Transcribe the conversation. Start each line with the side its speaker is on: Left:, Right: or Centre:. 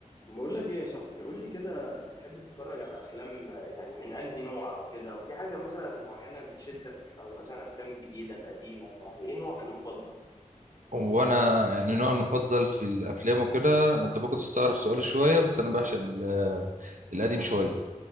Left: بقول لك ايه يا صاحبي قول لي كده بتحب تتفرج على افلام آه، يعني من انهي نوع او كده وفي حاجه مثلا معينه بتشدك او مثلا الافلام الجديده القديمه يعني ايه نوعك المفضل
Right: وانا يعني نوعي المفضل في الافلام وكده انت ممكن تستغرب سؤالي شويه بس انا بعشق ال- القديم شويه